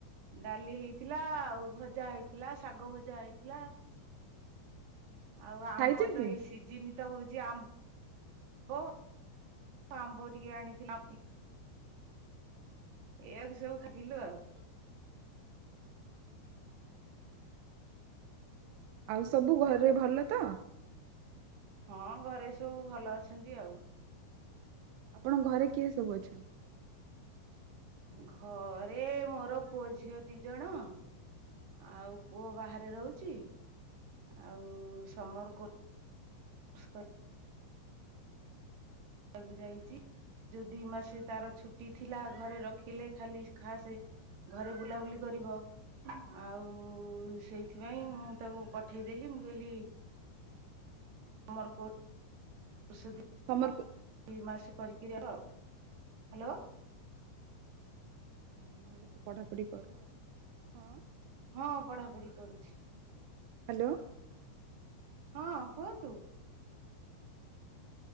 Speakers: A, on the right; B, on the right.
A: ଡାଲି ହେଇ ଥିଲା ଆଉ ଭଜା ହେଇଥିଲା ଶାଗ ଭଜା ହେଇଥିଲା। ଆଉ ଆମ୍ବ
B: ଖାଇଛନ୍ତି?
A: ତ ଏଇ ସି ସିଯିନି ତ ହଉଛି ଆ ମ୍ବ ଆମ୍ବ ଟିକେ ଆଣିଥିଲ। ଏଇଆକୁ ସବୁ ଖାଥିଲୁ ଆଉ।
B: <inaudible> ଆଉ ସବୁ ଘରେ ଭଲ ତ?
A: ହଁ ଘରେ ସବୁ ଭଲ ଅଛନ୍ତି ଆଉ
B: ଆପଣଙ୍କ ଘରେ କିଏ ସବୁ ଅଛନ୍ତି?
A: ଘରେ ମୋର ପୁଅ ଝିଅ ଦି ଜଣ। ଆଉ ପୁଅ ବାହାରେ ରହୁଛି ଆଉ ସମର କ କ <unintelligible> କୁ ଯାଇଛି ଯଉ ଦି ମାସେ ତାର ଛୁଟି ଥିଲା ଘରେ ରଖିଲେ ଖାଲି ଖାସେ ଘରେ ବୁଲାବୁଲି କରିବ। ଆଉ ସେଇଥିପାଇଁ
B: ହଁ
A: ମୁଁ ତାକୁ ପଠେଇଦେଲି ମୁଁ କହିଲି ଆମର କ ଷ ଦଇ
B: ସମର ହଁ
A: ମାସ କରିକି ଆଉ ହ୍ୟାଲୋ।
B: ହଁ ଭଲସେ ପଢ଼ାପଢ଼ି କରୁ ଆଉ ହଁ।
A: ହଁ ପଢାପଢି କରୁଛି।
B: ହ୍ୟାଲୋ।
A: ହଁ କୁହନ୍ତୁ।